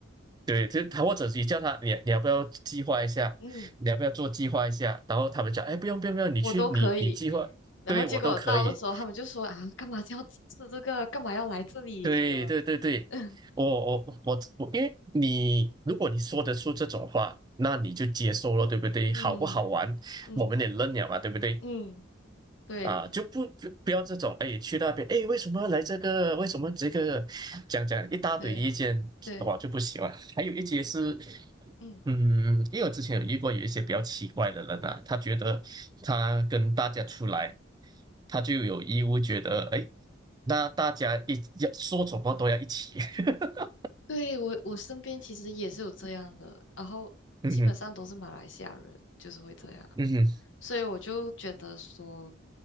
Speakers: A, on the right; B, on the left.
A: 对，就是他或者你叫他你你要不要计划一下，
B: 嗯，
A: 你要不要做计划一下，然后他们讲哎不用不用不用，你去你你计划。
B: 我都可以。然后结果到的时候，
A: 对我都可以，
B: 他们就说啊，干嘛要吃这个？干嘛要来这里？
A: 对对对对，
B: 什么？<laughs> 嗯
A: 我我我我，因为你如果你说得出这种话，那你就接受了，对不对？
B: 嗯
A: 好不好玩，
B: 嗯
A: 我们也认了嘛，对不对？
B: 嗯，对
A: 啊，就不不不要这种，哎，去那边，哎，为什么来这个？为什么这个？讲讲一大堆意见，
B: 对对，
A: 我就不喜欢。还有一些是。
B: 嗯，
A: 嗯，因为我之前有遇过有一些比较奇怪的人啊，他觉得他跟大家出来，他就有义务觉得，哎，那大家一要说什么都要一起。<laughs>
B: 对我我身边其实也是有这样的，然后基本上都是马来西亚人，
A: 嗯哼，
B: 就是会这样。
A: 嗯哼，
B: 所以我就觉得说，